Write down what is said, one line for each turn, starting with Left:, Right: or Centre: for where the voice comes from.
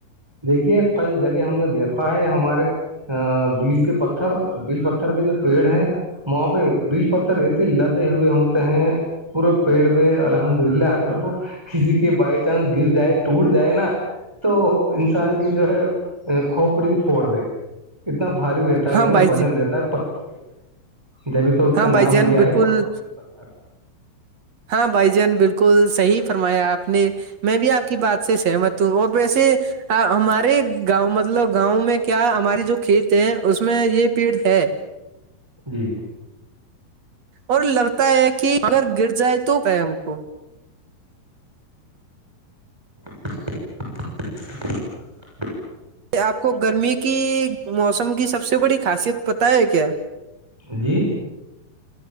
Centre: دیکھیے کئی جگہ ہم نے دیکھا ہے ہمارے ا بیل کے پتھر بل پتھر کے جو پیڑ ہیں وہاں پہ بل پتھر ایسے لدے ہوئے ہوتے ہیں پورے پیڑ پہ الحمد للہ اگر وہ کسی کے بائی چانس گر جائے ٹوٹ جائے نا تو انسان کی جو ہے کھوپڑی پھوڑ دے اتنا بھاری رہتا ہے
Right: ہاں
Centre: اتنا
Right: بھائی
Centre: وزن
Right: ج
Centre: رہتا ہے پتھر کی طرح جبھی تو اس
Right: ہاں
Centre: کا نام
Right: بھائی جان
Centre: دیا
Right: بالکل
Centre: ہے پھر
Right: ہاں بھائی جان بالکل صحیح فرمایا آپ نے میں بھی آپ کی بات سے سہمت ہوں اور ویسے ہمارے گاؤں مطلب گاؤں میں کیا ہماری جو کھیت ہے اس میں یہ پیڑ ہے
Centre: جی
Right: اور لگتا ہے کہ اگر گر جائے تو ہم کو
Centre: <unintelligible> <inaudible>
Right: آپ کو گرمی کی موسم کی سب سے بڑی خاصیت پت ہے کیا
Centre: جی